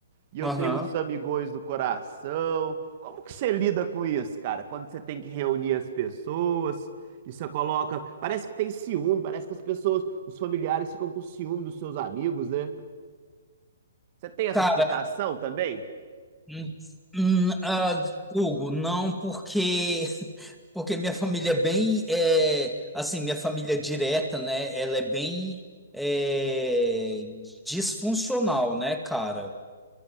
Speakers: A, on the right; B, in the centre.
A: E eu
B: Aham.
A: tenho uns amigões do coração. Como que você lida com isso, cara? Quando você tem que reunir as pessoas, e você coloca. Parece que tem ciúme, parece que as pessoas, os familiares ficam com ciúme dos seus amigos, né? Você tem essa
B: Cara,
A: sensação também?
B: hum, hum, ah, Hugo, não porque <laughs> porque minha família é bem é, assim, minha família direta, né? Ela é bem é, disfuncional, né, cara?